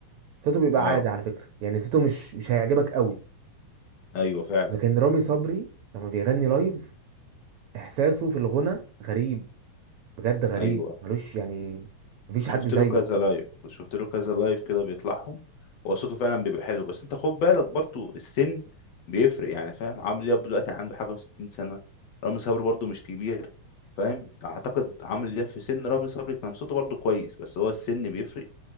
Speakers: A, on the right (about 85°); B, on the left (about 60°).
A: صوته بيبقى
B: اه
A: عادي على فكره يعني صوته مش مش هيعجبك قوي
B: ايوه فعلا
A: لكن رامي صبري لما بيغني لايف احساسه في الغنى غريب بجد غريب
B: ايوه
A: ملوش يعني مفيش
B: شفت
A: حد زيه
B: له كذا لايف وشفت له كذا لايف كده بيطلعهم هو صوته فعلا بيبقى حلو بس انت خد بالك برضو السن بيفرق يعني فاهم عمرو دياب دلوقتي عنده حاجة وستين سنة رامي صبري برضو مش كبير فاهم اعتقد عمرو دياب في سن رامي صبري كان صوته برضو كويس بس هو السن بيفرق